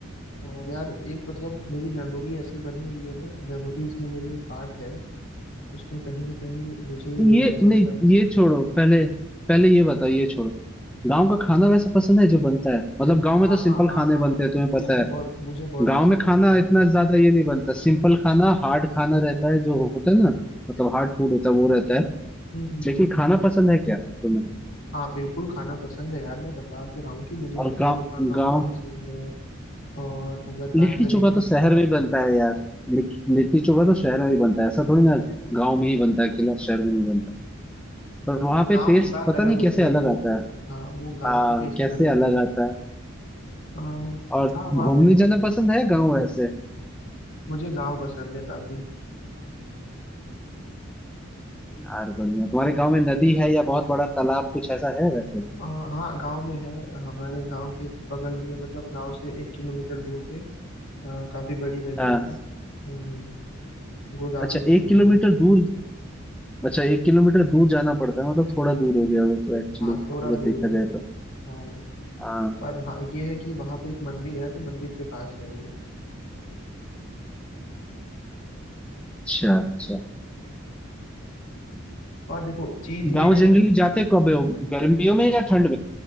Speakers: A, on the left (about 70°); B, in the centre.
A: और यार एक मतलब मेरी मेमोरी ऐसी बनी हुई है ना मेमोरीज में मेरे एक पार्ट है तो उसमें कहीं ना कहीं मुझे रियलाइज
B: ये नहीं
A: होता है
B: ये छोड़ो पहले पहले ये बताओ ये छोड़ो गांव का खाना वैसा पसंद है जो बनता है मतलब गांव में
A: हाँ
B: तो सिंपल
A: हाँ हाँ
B: खाने
A: हाँ
B: बनते हैं तुम्हें पता
A: मुझे
B: है
A: बहुत मुझे बहुत
B: गांव
A: पसंद
B: में खाना
A: है खाने
B: इतना ज्यादा ये नहीं बनता सिंपल खाना हार्ड खाना रहता है जो होता है ना मतलब हार्ड फूड होता है वो रहता है
A: हम्म हम्म
B: लेकिन खाना पसंद है क्या तुम्हें
A: हाँ बिल्कुल खाना पसंद है यार मैं बता तो रहा हूँ कि मुझे लिट्टी
B: और गाँव
A: चोखा गाँव
B: गाँव
A: का पसंद है और अगर बात
B: लिट्टी
A: करें
B: चोखा तो शहर में बनता है यार लिट्टी लिट्टी चोखा तो शहर में ही बनता है ऐसा थोड़ी ना गांव में ही बनता है अकेला शहर में नहीं बनता पर वहां पे
A: गाँव
B: टेस्ट
A: की बात
B: पता
A: अलग
B: नहीं
A: होती
B: कैसे
A: है
B: अलग
A: ना
B: आता
A: भाई
B: है
A: हाँ वो गाँव
B: हाँ
A: की टेस्ट
B: कैसे
A: अलग रहती
B: अलग
A: है
B: आता है
A: अ,
B: और
A: हाँ वहाँ
B: घूमने
A: पे
B: जाना पसंद है गांव वैसे
A: मुझे गाँव पसंद है काफी
B: यार बढ़िया तुम्हारे गांव में नदी है या बहुत बड़ा तालाब कुछ ऐसा है वैसे
A: अ, हाँ गाँव में है हमारे गाँव के बगल में मतलब गाँव से एक किलोमीटर दूर पे अ, काफी बड़ी नदी
B: हाँ
A: है हम्म हम्म, गोदावरी
B: अच्छा
A: नदी
B: एक किलोमीटर
A: है
B: दूर अच्छा एक किलोमीटर दूर जाना पड़ता है मतलब थोड़ा दूर हो गया वो तो एक्चुअली
A: हाँ
B: अगर
A: थोड़ा दूर
B: देखा
A: है
B: जाए तो
A: हाँ
B: हाँ
A: पर हाँ ये है कि वहाँ पे एक मंदिर है तो मंदिर के पास है वो
B: अच्छा अच्छा
A: और देखो चीज ये
B: गांव
A: है
B: जनरली
A: ना कि
B: जाते कब हो गर्मियों में या ठंड